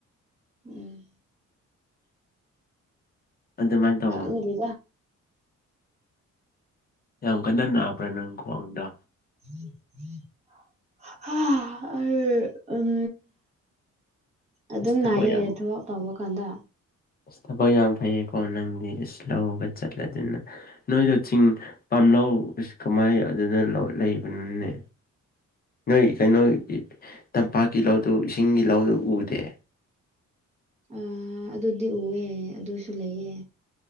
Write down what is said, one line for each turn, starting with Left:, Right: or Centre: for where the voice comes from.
Right: ꯎꯝ
Left: ꯑꯗꯨꯃꯥꯏꯅ ꯇꯧꯑꯣ
Right: ꯈꯪꯗꯦꯗ
Left: ꯌꯥꯝ ꯀꯟꯅ ꯅꯥꯕ꯭ꯔꯥ ꯅꯪ ꯈ꯭ꯋꯥꯡꯗꯣ
Right: ꯎꯝ ꯎꯝ ꯍꯥ ꯑꯩ ꯎꯝ ꯑꯗꯨꯝ
Left: ꯑꯁ ꯊꯕꯛ
Right: ꯅꯥꯏꯌꯦ
Left: ꯌꯥꯝ
Right: ꯊꯕꯛ ꯇꯧꯕ ꯀꯥꯟꯗ
Left: ꯑꯁ ꯊꯕꯛ ꯌꯥꯝ ꯐꯩꯌꯦꯀꯣ ꯅꯪꯗꯤ ꯑꯁ ꯂꯧꯒ ꯆꯠꯂꯗꯅ ꯅꯣꯏꯗꯣ ꯆꯤꯡ ꯄꯥꯝꯂꯧ ꯀꯃꯥꯏ ꯑꯗꯨꯗ ꯂꯩꯕꯅꯣꯅꯦ ꯅꯣꯏ ꯀꯩꯅꯣꯒꯤ ꯇꯝꯄꯥꯛꯀꯤ ꯂꯧꯗꯨ ꯏꯁꯤꯡꯒꯤ ꯂꯧꯗꯨ ꯎꯗꯦ
Right: ꯎꯝ ꯑꯗꯨꯗꯤ ꯎꯏꯌꯦ ꯑꯗꯨꯁꯨ ꯂꯩꯌꯦ